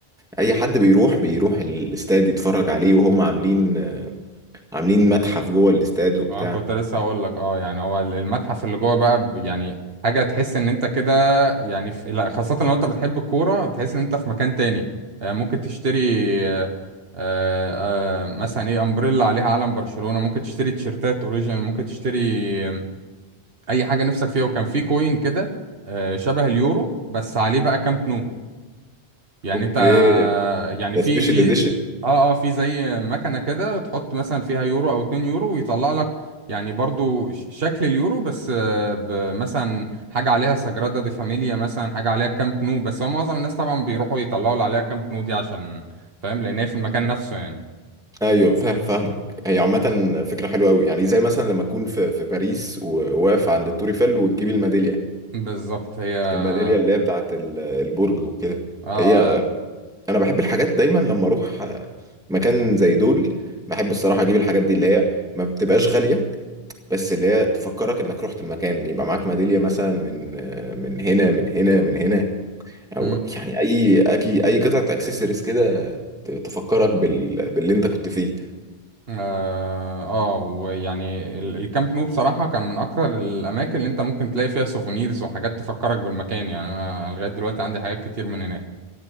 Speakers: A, in the centre; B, on the right (about 65°).
A: اي حد بيروح بيروح الاستاد يتفرج عليه وهم عاملين عاملين متحف جوه الاستاد وبتاع
B: اه كنت لسه اقول لك اه يعني هو ال- المتحف اللي جوه بقى ب- يعني حاجه تحس ان انت كده يعني في لا خاصه لو انت بتحب الكوره بتحس ان انت في مكان تاني آه، ممكن تشتري آه، آه، آه، مثلا ايه امبريلا عليها علم برشلونه ممكن تشتري تيشيرتات اوريجينال ممكن تشتري آه، اي حاجه نفسك فيها وكان في كوين كده آه، شبه اليورو بس عليه بقى كامب نو يعني
A: اوكي
B: انت يعني
A: ده
B: في
A: سبيشال
B: في
A: اديشن
B: اه اه في زي مكنة كده تحط مثلا فيها يورو او 2 يورو ويطلع لك يعني برضو ش- شكل اليورو بس آه، ب- مثلا حاجة عليها سجرادا دي فاميليا مثلا حاجة عليها كامب نو بس هو معظم الناس طبعا بيروحوا يطلعوا اللي عليها كامب نو دي عشان فاهم لان هي في المكان نفسه يعني
A: ايوه فاهم فاهمك هي عامه فكره حلوه قوي يعني زي مثلا لما اكون في في باريس وواقف عند التور ايفل وتجيب الميداليه
B: بالظبط هي اه
A: الميداليه اللي هي بتاعت ال- البرج وكده
B: اه آه.
A: هي انا بحب الحاجات دايما لما اروح مكان زي دول بحب الصراحه اجيب الحاجات دي اللي هي ما بتبقاش غاليه بس اللي هي تفكرك انك رحت المكان يبقى معاك ميداليه مثلا من من هنا من هنا من هنا او
B: مم.
A: يعني اي اي اي قطعه اكسسوارز كده ت- تفكرك بال... باللي انت كنت فيه
B: اه آه، ويعني ال- الكامب نو بصراحة كان من أكتر الأماكن اللي أنت ممكن تلاقي فيها سوفونيرز وحاجات تفكرك بالمكان يعني أنا لغاية دلوقتي عندي حاجات كتير من هناك